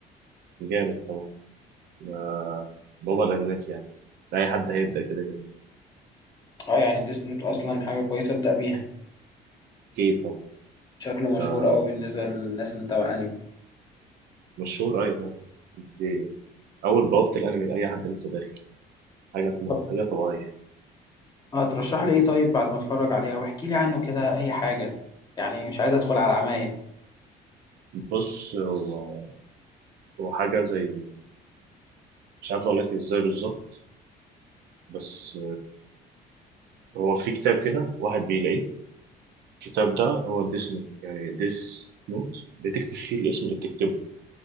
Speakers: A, on the right; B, on the left.
A: جامد طبعا ما بابا الاغنات يعني اي حد هيبدا كده كده
B: اه يعني ديس نوت اصلا حاجه كويسه ابدا بيها
A: اكيد طبعا
B: شكله مشهور
A: ده
B: قوي بالنسبه للناس اللي متابعه انمي
A: مشهور ايوه طبعا دي اول بوابه الانمي لاي حد لسه داخل حاجه طبعا.
B: طب
A: حاجه طبيعيه
B: اه ترشح لي ايه طيب بعد ما اتفرج عليه او احكي لي عنه كده اي حاجه يعني مش عايز ادخل على عماية
A: بص هو هو حاجه زي مش عارف اقول لك ازاي بالظبط بس هو في كتاب كده واحد بيلاقيه الكتاب ده هو ديس نوت يعني ديس نوت بتكتب فيه الاسم اللي بتكتبه